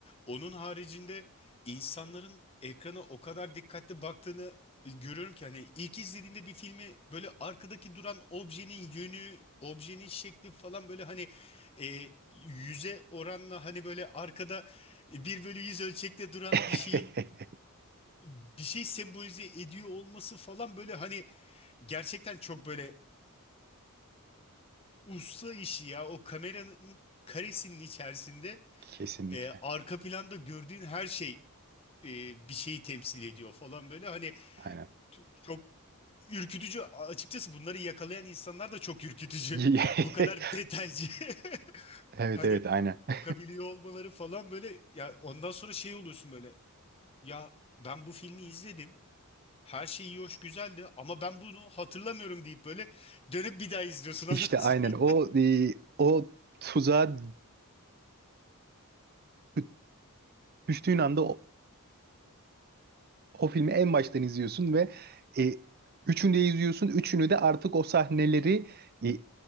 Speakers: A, on the left; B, on the right.
A: Onun haricinde insanların ekrana o kadar dikkatli baktığını e, görüyorum ki hani ilk izlediğinde bir filmi böyle arkadaki duran objenin yönü, objenin şekli falan böyle hani e, yüze oranla hani böyle arkada bir bölü yüz ölçekte duran
B: <laughs>
A: bir şeyin bir şey sembolize ediyor olması falan böyle hani gerçekten çok böyle usta işi ya. O kameranın karesinin içerisinde
B: Kesinlikle.
A: e, arka planda gördüğün her şey e, bir şeyi temsil ediyor falan böyle. Hani
B: Aynen.
A: t- çok ürkütücü. A- Açıkçası bunları yakalayan insanlar da çok ürkütücü.
B: <laughs>
A: <laughs> Bu kadar detaycı. <laughs>
B: Evet
A: Hani
B: evet aynen. <laughs>
A: bakabiliyor olmaları falan böyle. Ya ondan sonra şey oluyorsun böyle. Ya ben bu filmi izledim. Her şey iyi hoş güzeldi ama ben bunu hatırlamıyorum deyip böyle dönüp bir daha izliyorsun <laughs> ondan
B: İşte aynen
A: sonra.
B: o e, o tuzağa dü- düştüğün anda o, o filmi en baştan izliyorsun ve e, üçünü de izliyorsun. Üçünü de artık o sahneleri e,